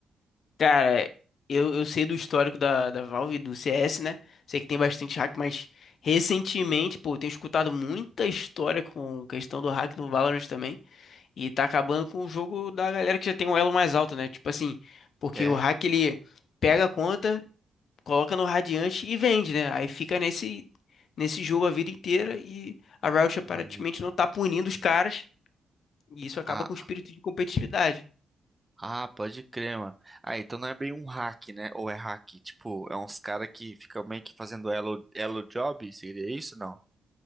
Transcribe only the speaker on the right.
É.
Ah,
ah,
ah, pode crer, mano. Ah, então não é bem um hack, né? Ou é hack? Tipo, é uns cara que ficam meio que fazendo elo, elo job? Seria isso, não?